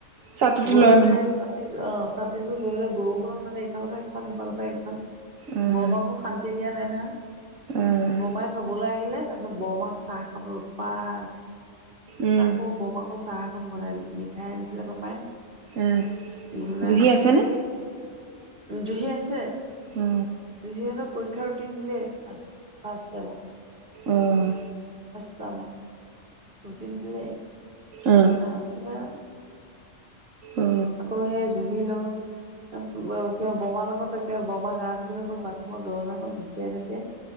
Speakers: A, on the right; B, on the right.
A: চাহটোতো
B: <unintelligible>
A: লয় মানে
B: ছাতিটো লৈ ললে বৰষুণত মানে, ইফালৰ পৰা সিফাল, সিফালৰ পৰা ইফাল
A: উম
B: বৰ -মাকো শান্তি দিয়া নাই, না',।
A: উম
B: বৰ-মাই থ'বলৈ আহিলে, তাৰপিছত বৰ-মাক চাহ খাবলৈ উৎপাত
A: উম
B: আকৌ বৰ -মাকৰ চাহ এখন বনাই দিলোঁ মিঠাই আনিছিলে পাপাই।
A: উম
B: গুল্লা
A: জুহি
B: আনিছিলে।
A: আছেনে
B: উম, জুহি আছে
A: অ
B: জুহিহঁতৰ পৰীক্ষ, - পৰীক্ষা ৰুটিন দিলে ফাৰ্ষ- ফাৰ্ষ্ট চেমৰ,
A: অহ',
B: <unintelligible> ৰুটিন দিলে,
A: অ
B: তাৰপিছত আও,
A: অ
B: আকৌ সেই জুহি লগ, ' ক বমাৰ লগত একে বমা গা ধুিবলৈ গ'ল বাথৰুমৰ দৰজাখন ঢুকিয়ীয়া ঢুকিয়ীয়া